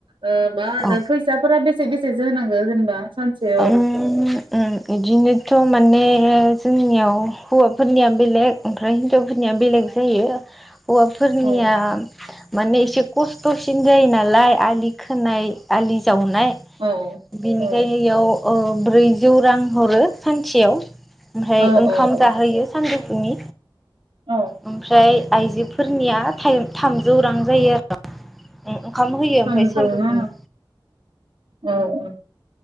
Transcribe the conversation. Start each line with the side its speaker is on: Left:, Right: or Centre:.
Right: ओ मा होनो
Centre: औ
Right: फैसाफोरा बेसे बेसे। सेसो होनांगौ जेनेबा। सानसेयाव
Centre: <unintelligible> इदिनोथ माने। जोंनियाव हौवाफोरनिया बेलेग ओमफ्राय हिनजावफोरनिया बेलेग जायो। हौवाफोरनिया।
Right: औ
Centre: माने एसे खस्थसिन जायो नालाय आलि खोनाय, आलि जावनाय
Right: औ
Centre: बेनिखायनो
Right: औ
Centre: अ ओ ब्रैजौ रां हरो सानसेयाव। ओमफ्राय
Right: औ
Centre: ओंखाम
Right: औ औ
Centre: जाहोयो सानजौ फुनि।
Right: औ
Centre: ओमफ्राय आइजोफोरनिया थाइम थामजौ रां जायो आरो। ओंखाम होयो ओमफ्राय
Right: थामजौ
Centre: सानजौफुनि
Right: ना? औ औ।